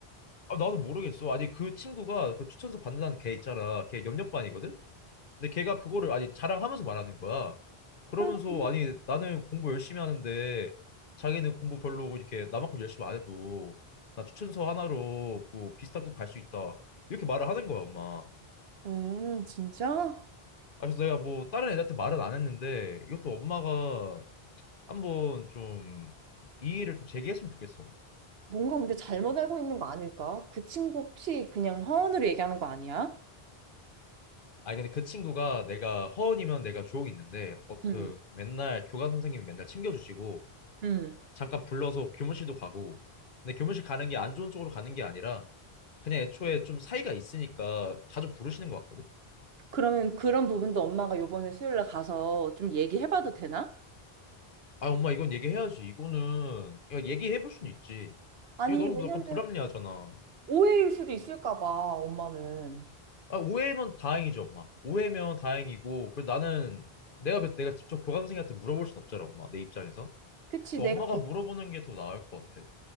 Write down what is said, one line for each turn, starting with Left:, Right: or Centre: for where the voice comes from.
Left: 아, 나도 모르겠어. 아니, 그 친구가 그 추천서 받는다는 걔 있잖아. 걔 옆옆반이거든? 근데 걔가 그거를 아니, 자랑하면서 말하는 거야. 그러면서,
Right: 선생님.
Left: 아니, 나는 공부 열심히 하는데, 자기는 공부 별로고, 이렇게 나만큼 열심히 안 해도, 나 추천서 하나로 뭐 비슷한 급 갈 수 있다. 이렇게 말을 하는 거야, 엄마.
Right: 음, 진짜?
Left: 아, 그래서 내가 뭐 다른 애들한테 말은 안 했는데 이것도 엄마가 한번 좀 이의를 좀 제기했으면 좋겠어.
Right: 뭔가 근데 잘못 알고 있는 거 아닐까? 그 친구 혹시 그냥 허언으로 얘기하는 거 아니야?
Left: 아니 근데 그 친구가 내가 허언이면 내가 조용히 있는데 어, 그
Right: 응.
Left: 맨날 교감 선생님이 맨날 챙겨주시고
Right: 응.
Left: 잠깐 불러서 교무실도 가고 근데 교무실 가는 게 안 좋은 쪽으로 가는 게 아니라 그냥 애초에 좀 사이가 있으니까 자주 부르시는 것 같거든.
Right: 그러면 그런 부분도 엄마가 요번에 수요일 날 가서 좀 얘기해봐도 되나?
Left: 아 엄마 이건 얘기해야지 이거는 야 얘기해 볼 수는 있지.
Right: 아니,
Left: 이거 너무
Right: 왜냐면
Left: 약간 불합리하잖아.
Right: 오해일 수도 있을까 봐, 엄마는.
Left: 아, 오해면 다행이죠, 엄마. 오해면 다행이고, 그래 나는 내가 그 내가 직접 교감생한테 물어볼 순 없잖아, 엄마. 내 입장에서.
Right: 그치,
Left: 그래서
Right: 내가,
Left: 엄마가
Right: 대-
Left: 물어보는 게 더 나을 것 같아.